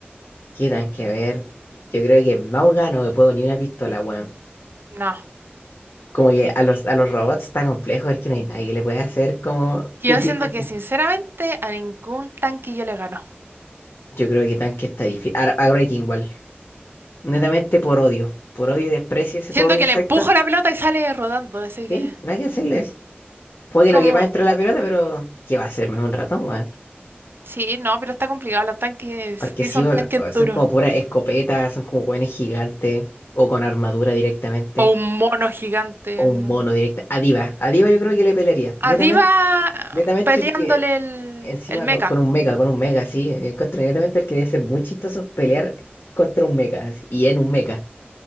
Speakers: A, on the left; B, on the right.
A: Qué tan que ver. Yo creo que en Mauga no me puedo ni una pistola, weón.
B: No.
A: Como que a los, a los robots está complejo, es que no hay nadie que le pueda hacer como
B: Yo
A: útilmente.
B: siento que, sinceramente, a ningún tanque yo le gano.
A: Yo creo que tanque está difícil. Ahora, ahora hay que igual. Netamente por odio. Por odio y desprecio a ese
B: Siento
A: pobre
B: que
A: insecto.
B: le empujo la pelota y sale rodando, así
A: Sí,
B: que.
A: nada que hacerles. Puede que
B: Como.
A: no quepa dentro de la pelota, pero ¿qué va a hacerme un ratón, weón?
B: Sí, no, pero está complicado. Los tanques
A: Porque
B: sí
A: sí,
B: son
A: bol-
B: tanques
A: son
B: duros.
A: como puras escopetas, son como weones gigantes, o con armadura directamente,
B: O un mono gigante.
A: o un
B: ¿no?
A: mono directa. A Diva, a Diva yo creo que le pelearía.
B: A
A: Netamente.
B: Diva ah,
A: Netamente
B: peleándole
A: porque
B: el,
A: Encima
B: el mecha.
A: con, con un mecha, con un mecha, sí. Encuentro inmediatamente que debe ser muy chistoso pelear contra un mecha, así, y en un mecha.